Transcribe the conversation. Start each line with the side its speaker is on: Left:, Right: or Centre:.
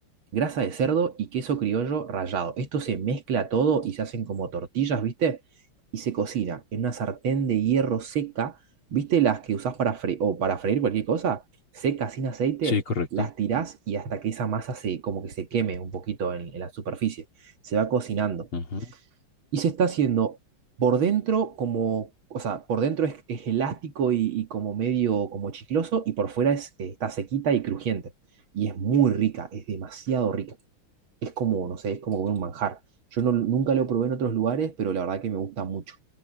Right: grasa de cerdo y queso criollo rallado. Esto se mezcla todo y se hacen como tortillas, ¿viste? Y se cocina en una sartén de hierro seca, ¿viste? Las que usás para freír o para freír cualquier cosa, seca, sin aceite,
Left: sí, correcto.
Right: las tirás y hasta que esa masa se como que se queme un poquito en, en la superficie. Se va cocinando.
Left: Ujú.
Right: Y se está haciendo por dentro como, o sea, por dentro es, es elástico y, y como medio como chicloso y por fuera es, eh, está sequita y crujiente. Y es muy rica, es demasiado rica es como, no sé, es como comer un manjar. Yo no, nunca lo probé en otros lugares, pero la verdad que me gusta mucho.